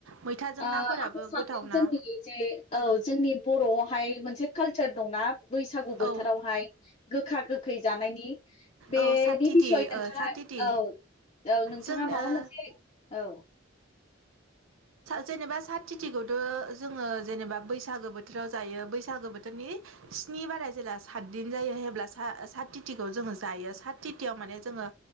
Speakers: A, on the right; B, on the left.
A: मैथाजों
B: आं
A: नाफोराबो
B: सानदों
A: गोथावना
B: जोंनि जे औ जोंनि बर'आवहाय मोनसे कालसार दंना बैसागु
A: औ
B: बोथोरावहाय गोखा गोखै जानायनि बेनि
A: औ साथिथि
B: बिसय नोंथाङा
A: ओ साथिथि
B: औ औ नोंथाङा
A: जों
B: माबा
A: ओ
B: मोनसे औ
A: जेनेबा साथिथिखौथ' जोङो जेनेबा बैसागो बोथोराव जायो बैसागो बोथोरनि <inaudible> स्नि बाराय जेब्ला सातदिन जायो हेब्ला सात तिथिखौ जोङो जायो सात तिथियाव माने जोङो